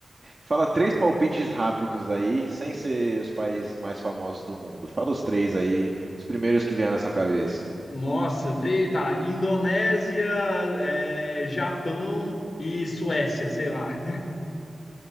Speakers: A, on the right; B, on the left.
A: Fala três palpites rápidos aí, sem ser os países mais famosos do mundo. Fala os três aí, os primeiros que vieram na sua cabeça.
B: Nossa, tre- tá. Indonésia, é, Japão e Suécia, sei lá.